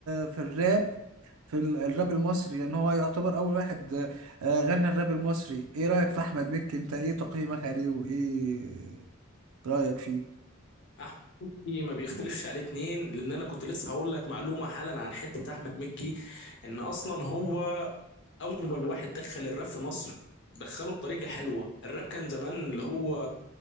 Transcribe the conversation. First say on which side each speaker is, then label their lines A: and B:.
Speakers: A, on the right; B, on the left.
A: في الراب في ال- الراب المصري لان هو يعتبر اول واحد آه آه، غنى الراب المصري ايه رأيك في احمد مكي انت ايه تقييمك عليه وايه رأيك فيه
B: احمد مكي ما بيختلفش عليه اتنين لان انا كنت لسه هقول لك معلومه حالا عن حته احمد مكي ان اصلا هو اول واحد دخل الراب في مصر دخله بطريقه حلوه الراب كان زمان اللي هو